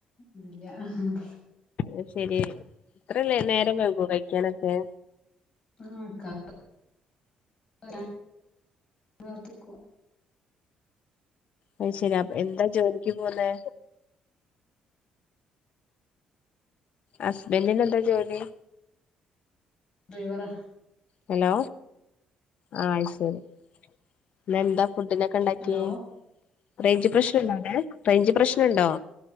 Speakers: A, on the left; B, on the left.
A: ഇല്ല്യ ഹ ഹ
B: അത്ശെരി ഇത്രേ ലേ നേരം വെയ്കൊ കഴിക്കാനൊക്കെ
A: ആഹ് ക്ക <unintelligible> കാത്ത്കും
B: അയ് ശെരി അപ് എന്താ ജോലിക്ക് പോന്നേ അശ്ബൻഡ്നെന്താ ജോലി
A: ഡ്രൈവറാ
B: ഹലോ ആ അയ്ശെരി ഇന്നെന്താ ഫുഡിന് കണ്ടാക്ക്യേ.
A: ഹലോ
B: റേഞ്ച് പ്രശ്നണ്ടോവിടെ റേഞ്ച് പ്രശ്നംണ്ടോ